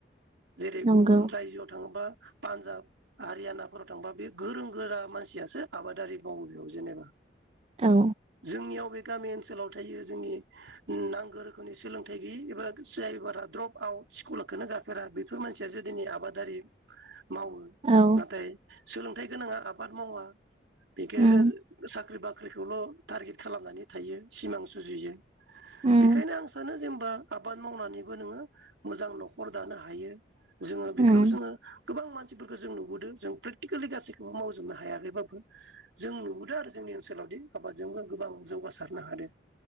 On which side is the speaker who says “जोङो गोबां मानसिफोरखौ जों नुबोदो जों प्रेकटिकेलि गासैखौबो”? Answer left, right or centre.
Right